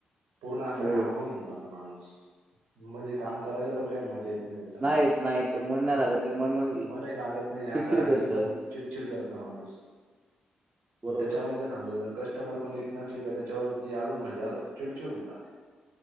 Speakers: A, on the right; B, on the right.
A: पूर्ण असा
B: हो.
A: घामाघूम होऊ जात णू म्हणजे काम
B: आ
A: करायला पण काय मजा येत नाही त्याच्यामध्ये
B: येत, नाही येत. ते मन नाही लागत. ते मन मग
A: मन लागत नाही असं
B: चिडचिड करतं.
A: हे पण चिडचिड करत माणूस
B: बरोबर.
A: त्याच्यामधलं समजा जर कस्टमर पण नीट नसले त्याच्यावरती अजून म्हणजे असं चिडचिड होऊन जाते